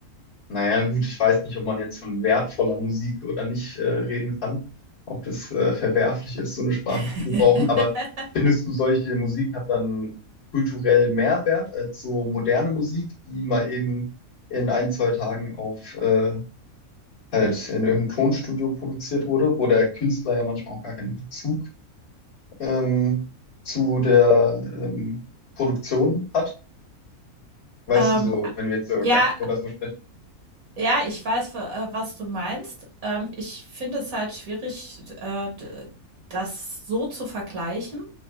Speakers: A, on the left; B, on the right.
A: naja gut, ich weiß nicht, ob man jetzt von wertvoller Musik oder nicht äh, reden kann, ob das äh, verwerflich ist, so eine Sprache
B: <laughs>
A: zu gebrauchen, aber findest du, solche Musik hat dann kulturell mehr Wert als so moderne Musik, die mal eben in ein, zwei Tagen auf äh, halt in irgendeinem Tonstudio produziert wurde, wo der Künstler ja manchmal auch gar keinen Bezug ähm, zu der ähm, Produktion hat. Weißt
B: Ähm,
A: du, so,
B: a
A: wenn wir jetzt über
B: ja,
A: Rap oder so sprechen.
B: ja, ich weiß, w äh, was du meinst. Ähm, ich finde es halt schwierig, äh, d das so zu vergleichen.